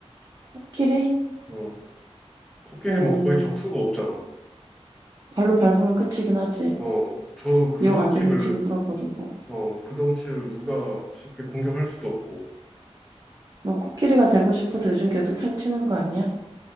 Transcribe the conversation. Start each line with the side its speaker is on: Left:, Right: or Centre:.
Right: 코끼리?
Centre: 어, 코끼리
Right: 어,
Centre: 뭐 거의 적수가 없잖아.
Right: 발로 밟으면 끝이긴 하지.
Centre: 어, 저 그
Right: 이용
Centre: 덩치를,
Right: 안 되면 뒹굴어 버리고.
Centre: 어, 그 덩치를 누가 쉽게 공격할 수도 없고.
Right: 너 코끼리가 되고 싶어서 요즘 계속 살찌는 거 아니야?